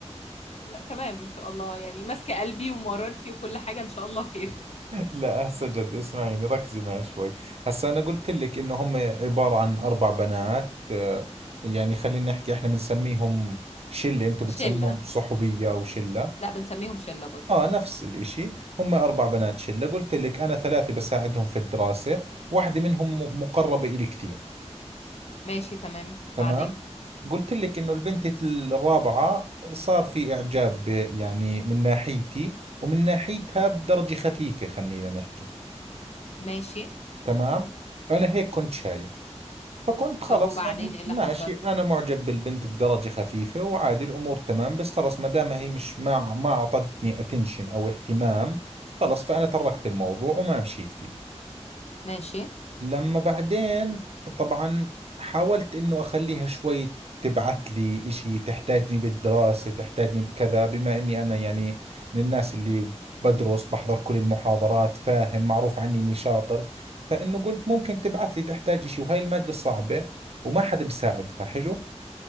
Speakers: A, on the left; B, on the right.
A: لا تمام ان شاء الله يعني ماسكة قلبي ومرارتي وكل حاجة ان شاء الله خير
B: لا هسه جد اسمعيني ركزي معي شوي هسه انا قلت لك انه هم عبارة عن اربع بنات آه، يعني خلينا نحكي احنا بنسميهم شلة انتم
A: شلة
B: بتسموهم صحوبية او شلة
A: لا بنسميهم شلة برضه
B: اه نفس الاشي هم اربع بنات شلة قلت لك انا ثلاثة بساعدهم في الدراسة واحدة منهم مقربة الي كثير
A: ماشي تمام
B: تمام
A: بعدين
B: قلت لك انه البنت الرابعة صار في اعجاب آه، يعني من ناحيتي ومن ناحيتها بدرجة خفيفة خلينا نحكي
A: ماشي
B: تمام أنا هيك كنت شايف فكنت خلص
A: طب وبعدين
B: يعني
A: ايه اللي
B: ماشي
A: حصل
B: أنا معجب بالبنت بدرجة خفيفة وعادي الأمور تمام بس خلص ما دام هي مش ما ما أعطتني اتنشن أو اهتمام خلص فأنا تركت الموضوع وما مشيت فيه
A: ماشي
B: لما بعدين طبعا حاولت انه اخليها شوي تبعث لي اشي تحتاجني بالدراسة تحتاجني بكذا بما اني انا يعني من الناس اللي بدرس بحضر كل المحاضرات فاهم معروف عني اني شاطر فانه قلت ممكن تبعث لي تحتاج اشي وهاي المادة صعبة وما حدا بيساعدها حلو